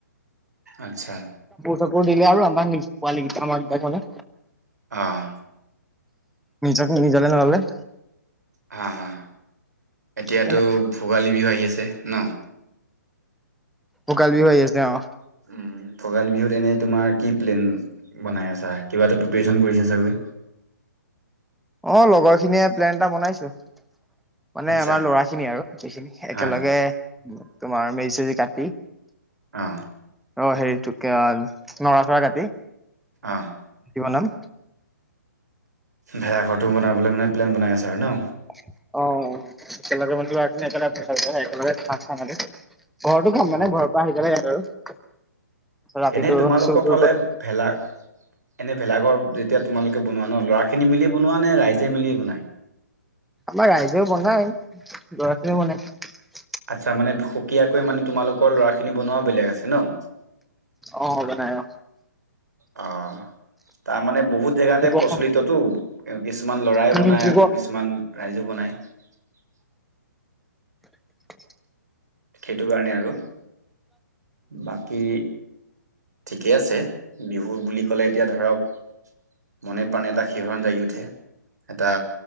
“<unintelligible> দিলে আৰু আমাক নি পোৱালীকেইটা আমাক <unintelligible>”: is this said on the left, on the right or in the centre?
Centre